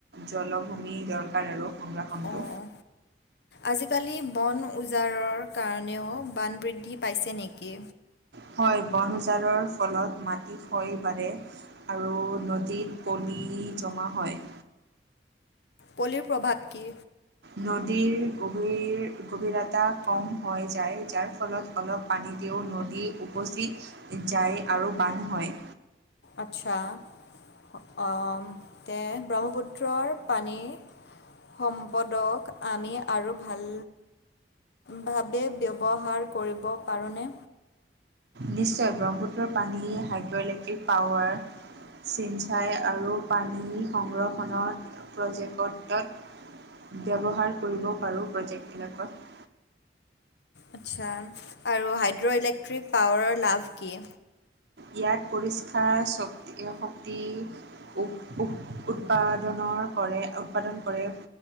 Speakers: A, on the right; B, on the left.
A: জলভূমি দৰকাৰ আৰু সংৰক্ষণটো
B: অঁ আজিকালি বন উজাৰৰ কাৰণেও বান বৃদ্ধি পাইছে নেকি
A: হয় বন উজাৰৰ ফলত মাটি হয় বাৰে আৰু নদীত পলি জমা হয়
B: পলিৰ প্ৰভাত কি
A: নদীৰ গভীৰ গভীৰতা কম হৈ যায় যাৰ ফলত অলপ পানীতে নদী উপচি যায় আৰু বান্ধ হয়
B: আচ্ছা তে ব্ৰহ্মপুত্ৰৰ পানী সম্পদক আমি আৰু ভাল ভাৱে ব্যৱহাৰ কৰিব পাৰোঁনে
A: নিশ্চয় ব্ৰহ্মপুত্ৰৰ পানী হাইড্ৰ' ইলেক্ট্ৰিক পাৱাৰ চিনঞ্চাই আৰু পানী সংৰক্ষণৰ প্ৰজেক্টতত ব্যৱহাৰ কৰিব পাৰোঁ প্ৰজেক্টবিলাকত
B: আচ্ছা আৰু হাইড্ৰ' ইলেক্ট্ৰিক পাৱাৰৰ লাভ কি
A: ইয়াত পৰিষ্কাৰ শক্তি শক্তি উ উ উৎপাদনৰ কৰে উৎপাদন কৰে